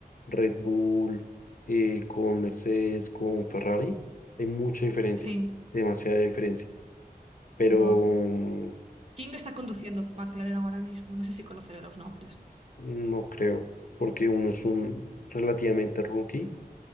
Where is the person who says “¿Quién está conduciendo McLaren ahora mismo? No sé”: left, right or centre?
Right